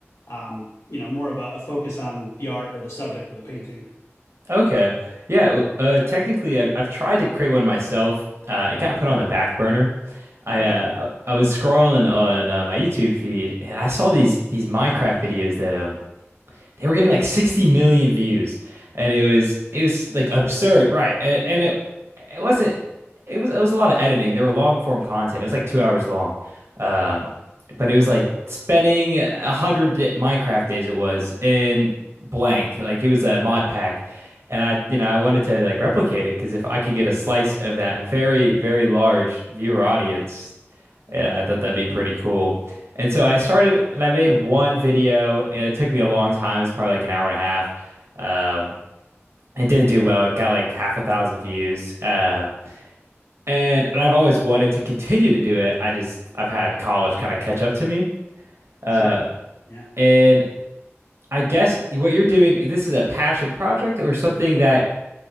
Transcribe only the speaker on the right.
Okay. Yeah. Uh, technically, I, I've tried to create one myself. Uh, it got put on the back burner. I
uh, I I was scrolling on uh, my YouTube feed and I saw these these Minecraft videos that um they were getting like 60 million views and it was it was like absurd right and, and it it wasn't it was it was a lot of editing there were long form content it was like two hours long um but it was like spending a hundred di- minecraft days it was in blank like it was a mod pack and i you know i wanted to like replicate it because if i could get a slice of that very very large viewer audience and I thought that'd be pretty cool. And so I started and I made one video and it took me a long time. It was probably like an hour and a half. Um, it didn't do well. It got like half a thousand views. Uh, and, and I've always wanted to continue to do it. I just, I've had college kind of catch up to me. Uh,
and I guess what you're doing, this is a passion project or something that